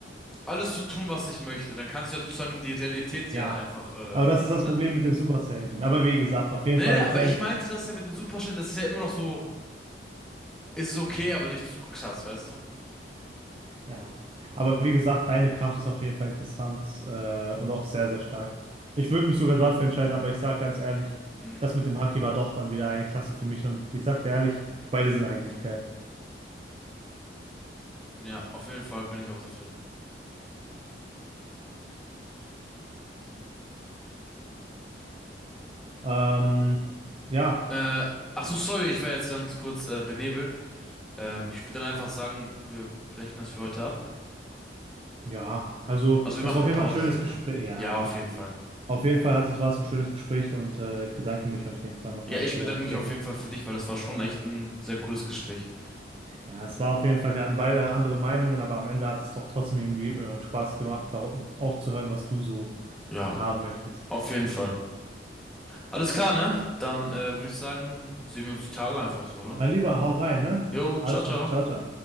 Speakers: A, in the centre; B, on the right.
A: alles zu tun, was ich möchte. Dann kannst du ja sozusagen die Realität
B: Ja.
A: ja einfach äh,
B: Aber das ist
A: ändern.
B: das Problem mit dem Super Saiyajin. Aber wie gesagt, auf jeden
A: Nee,
B: Fall
A: nee, aber
B: sehr
A: ich meinte das ja mit dem Superstellen, das ist ja immer noch so Ist es ist okay, aber nicht zu krass, weißt du?
B: Ja, aber wie gesagt, deine Kraft ist auf jeden Fall interessant äh, und auch sehr, sehr stark. Ich würde mich sogar dafür entscheiden, aber ich sage ganz ehrlich,
A: Mhm.
B: das mit dem Haki war doch dann wieder eine Klasse für mich und ich sage dir ehrlich, beide sind eigentlich geil.
A: Ja, auf jeden Fall bin ich auch dafür.
B: Ähm, ja,
A: Äh, ach so, sorry, ich war jetzt ganz kurz äh, benebelt. Ähm, ich würde dann einfach sagen, wir brechen das für heute ab.
B: ja, also
A: Also wir
B: es
A: machen
B: war
A: eine
B: auf jeden
A: Pause,
B: Fall ein schönes
A: sag ich
B: Gespräch.
A: mal.
B: Ja,
A: Ja,
B: klar.
A: auf jeden Fall.
B: Auf jeden Fall hat, es- war es ein schönes Gespräch und äh, ich bedanke mich auf jeden Fall nochmal,
A: Ja, ich
B: dass
A: bedanke
B: wir darüber
A: mich
B: reden.
A: auf jeden
B: konnten.
A: Fall für dich, weil das war schon echt ein sehr cooles Gespräch.
B: Ja, es war auf jeden Fall, wir hatten beide andere Meinungen, aber am Ende hat es doch trotzdem irgendwie äh, Spaß gemacht, auch auch zu hören, was du so
A: Ja,
B: haben möchtest.
A: auf jeden Fall. Alles klar, ne? Dann äh, würde ich sagen, sehen wir uns die Tage einfach so, oder?
B: Mein Lieber, hau rein, ne?
A: Jo,
B: Alles
A: ciao, ciao.
B: klar, ciao, ciao.